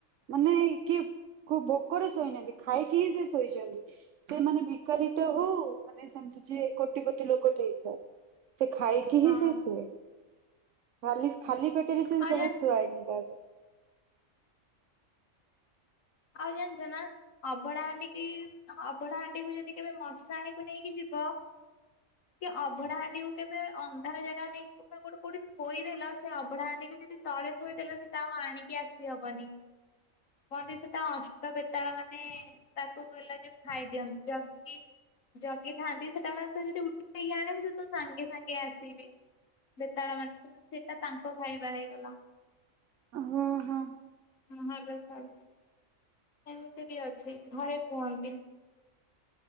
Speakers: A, on the right (about 70°); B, on the left (about 80°).
A: ମାନେ କିଏ କୋଉ ଭୋକରେ ଶୋଇନାହାନ୍ତି ଖାଇକି ହିଁ ସିଏ ଶୋଇଚନ୍ତି। ସେମାନେ ଭିକାରୀ ଟିଏ ହୋଉ ମାନେ ସେମିତି ଯିଏ କୋଟିପତି ଲୋକଟିଏ ହେଇଥାଉ। ସେ ଖାଇକି
B: ହଁ
A: ହିଁ ସେ ଶୁଏ ଖାଲି ଖାଲି ପେଟରେ ସେ
B: ଆଉ
A: କେବେ
B: ଜାଣି
A: ଶୁଆଏନି କାହାକୁ।
B: ଆଉ ଜାଣିଚନା ଅଭଡା ହାଣ୍ଡିିକି ଅଭଡା ହାଣ୍ଡିକୁୁ ଯଦି କେବେ ମଶାଣିକୁ ନେଇକି ଯି ବ କି ଅଭଡା ହାଣ୍ଡିକୁ କେବେ ଅନ୍ଧାର ଜାଗାକୁ ନେଇକି ତୁମେ ଗୋଟେ କୋଉଠି ଥୋଇଦେଲ ସେ ଅଭଡା ହଣ୍ଡିକି ଯଦି ତଳେ ଥୋଇଦେଲେ ସେଟା ଆଉ ଆଣିକି ଆସିହବନି ନହେଲେ ସେଟା ଅଷ୍ଟବେତ୍ ତାଳମାନେ ତାକୁ ହେଲା ଯୋଉ ଖାଇଦିଅନ୍ତି ଜିଗି ଜଗିଥାଆନ୍ତି ସେଟା ମାନେ ତୁ ଯଦି ଉଠେଇକି ଆଣିବୁ ସେ ତୋ ସାଙ୍ଗେ ସାଙ୍ଗେ ଆସିବେ। ବେତାଳମାନେ ସେମାନେ ସେଟା ତାଙ୍କ ଖାଇବା ହେଇଗଲା।
A: ଓହୋ ହଁ।
B: ମୁହଁ ଦେଖାଗଲେ ଏମିତି ବି ଅଛି ଘରେ କୁହନ୍ତି।